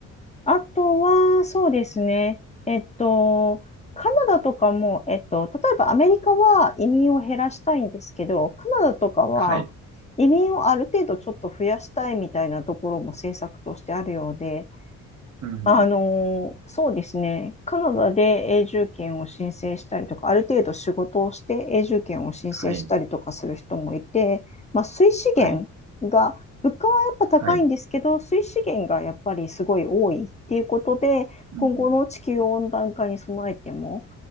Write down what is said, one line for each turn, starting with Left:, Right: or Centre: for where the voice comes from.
Left: あとは、そうですね。えっと、カナダとかも、えっと、例えばアメリカは移民を減らしたいんですけど、カナダとかは
Right: はい。
Left: 移民をある程度ちょっと増やしたいみたいなところも政策としてあるようで、
Right: うん。
Left: あのーそうですね。カナダで永住権を申請したりとか、ある程度仕事をして永住権を申請したりとかする人もいて、
Right: はい。
Left: まあ、水資源が、
Right: はい。
Left: 物価はやっぱ高いんですけど、
Right: はい。
Left: 水資源がやっぱりすごい多いっていうことで、
Right: うん。
Left: 今後の地球温暖化に備えても、